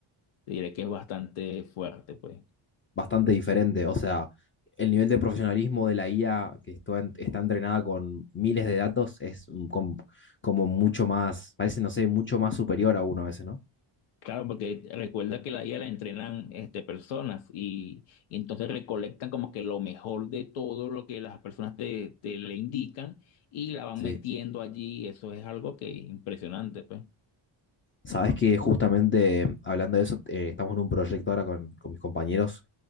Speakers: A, on the left; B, on the left.
A: te diré que es bastante fuerte, pues.
B: bastante diferente. O sea, el nivel de profesionalismo de la IA que esto está entrenada con miles de datos es un com- como mucho más, parece, no sé, mucho más superior a uno a veces, ¿no?
A: Claro, porque recuerda que la IA la entrenan este, personas y, y entonces recolectan como que lo mejor de todo lo que las personas te, te le indican y la van
B: Sí.
A: metiendo allí. Eso es algo que impresionante, pues.
B: Sabes que justamente hablando de eso, eh, estamos en un proyecto ahora con, con mis compañeros